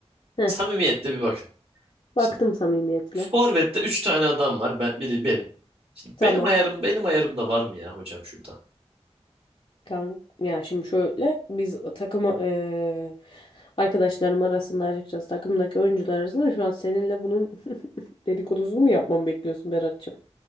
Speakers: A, on the left; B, on the right.
A: heh.
B: Samimiyetle bir bakın.
A: Baktım
B: Şimdi
A: samimiyetle.
B: Forvet'te 3 tane adam var. Ben, biri benim. Şimdi
A: Tamam.
B: benim ayarım benim ayarımda var mı ya hocam şurada?
A: Kan ya şimdi şöyle biz takım eee arkadaşlarım arasında açıkçası takımdaki oyuncular arasında şu an seninle bunun <laughs> Dedikodusunu mu yapmamı bekliyorsun Berat'cığım?